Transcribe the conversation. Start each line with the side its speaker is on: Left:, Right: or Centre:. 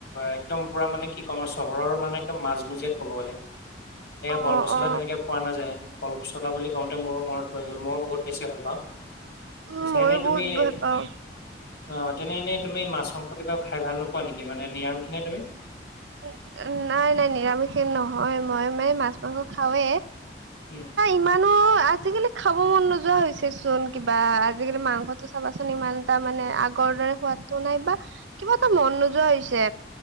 Left: একদম পুৰা মানে কি ক'ম আৰু চহৰৰ মানে একদম মাজমজিয়াত ক'ব গ'লে।
Right: অ
Left: কল পচলা
Right: অ
Left: তেনেকে পোৱা নাযায়। কল পচলা বুলি কওঁতে মোৰো মনত পৰি গ'ল মই বহুত বেছি ভাল পাওঁ,
Right: উম
Left: পিছে
Right: ময়ো
Left: এনে তুমি
Right: বহুত ভাল পাওঁ।
Left: অ তেনে এনেই তুমি মাছ মাংস কিবা খাই ভাল নোপোৱা নেকি? মানে নিৰামখিনে তুমি?
Right: উ নাই নাই নিৰামিষ নহয়, মই মানে মাছ মাংস খাওৱে
Left: উম
Right: ইমানো আজিকালি খাব মন নোযোৱা হৈছে চোন কিবা, আজিকালি মাংস তো চাবাচোন ইমান এটা মানে আগৰ দৰে সোৱাদটো নাই বা কিবা এটা মন নোযোৱা হৈছে।